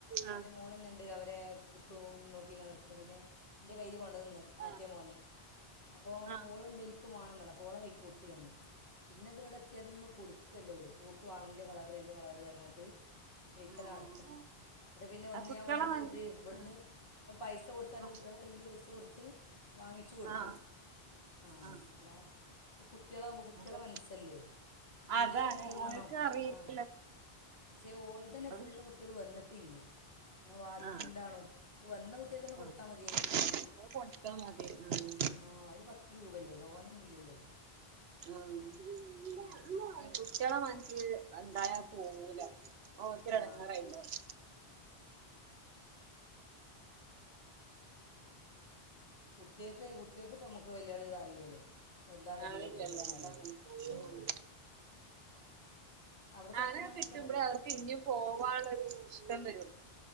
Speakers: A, on the left; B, on the right.
A: പ്പോൻ്റെ
B: ആ
A: മോളെന്നെ ണ്ട് അവരെ കൈക്കും നോക്കിങ്ങാനെ നിക്ക്ണ് പിന്നെ ന്റെ കയ്യില് കൊണ്ടന്ന് മറ്റേ
B: ആ
A: മോന് അപ്പോ
B: ആ
A: ഓള്ണ്ടേനി ഇക്കും വാണംന്നറഞ്ഞ് അപ്പൊ ഓളെ കയിക്ക് കൊടുത്തു ഞാൻ പിന്നെ ഇതിവടെ ഏത്യാരൊന്നും കൊടുക്കല്ല ഓള് ക്ക് വാണം ഇന്റെ കളറ് ഇൻ്റെ കളറ്ഞ്ഞാട്ട് വെയ്ത്താലെ
B: ആ
A: നടക്ക
B: ആ
A: ന്നട്ട് പിന്നെ ഒന്ന്
B: ആ കുട്ടികളെ
A: ഞാൻ ഇവിടെന്തെയ്ത്
B: മ
A: ഇവിട്ന്ന്
B: ആ
A: പ്പം പൈസ കൊട്ത്താട്ട്
B: ആ
A: കുട്ട്യാളെ കയ്യില് പൈസ കൊടു ത്ത് വാങ്ങിച്ചു കൊടുത്തു
B: ആ
A: ആഹ്
B: ആ
A: അല്ല ഈ കുട്ട്യാളാവുമ്പോ കുട്ട്യാളെ
B: അപ്പൊ
A: മനസ്സല്ലേ ഓലത്
B: അതാണ്
A: കണ്ടറിയുമ്മാണം
B: അവർക്ക് അറിയില്ലപ്പോ
A: ആഹ് ക്ഷെ ഓലതന്നെ
B: അത്
A: ഫുള്ള് കു ട്ട്യാള് വന്നിട്ടില്ല ഇന്നാ വാക്കിണ്ടാണും
B: ആ
A: അപ്പോ വന്ന കുട്ട്യാക്കങ്ങട്ട്
B: ആ
A: കൊട്ത്താ മതിയേനി
B: അത് കൊടുത്താ മതി ആഹ്
A: ആഹ് ഒരു പത്ത് രൂപല്ലേ തോനൊന്നും ഇല്ലല്ലോ
B: ആഹ്
A: ഉം.
B: കുട്ട്യാളെ മനസ്സില് ഇണ്ടായാ പോവൂല ഓൽക്കൊരെടങ്ങേറായിണ്ടാവും
A: ആ കുട്ട്യാക്ക് കുട്ട്യാക്ക് ഇപ്പൊ നമുക്ക് വല്യോലത് അറിയില്ലല്ലോ എന്താണ്
B: ആളില്ലല്ലോ
A: ചെയ്യണ്ടന്നൊന്നും
B: അതാണ്
A: അറിയീല ആഹ് അവിടെ
B: അങ്ങനെ
A: ചക്കി മാങ്ങയൊക്കെ
B: കിട്ടുമ്പളേ
A: ഉണ്ടോ
B: അവർക്ക് ഇനിയും പോവാനുള്ളരിഷ്ടം വരൊള്ളൂ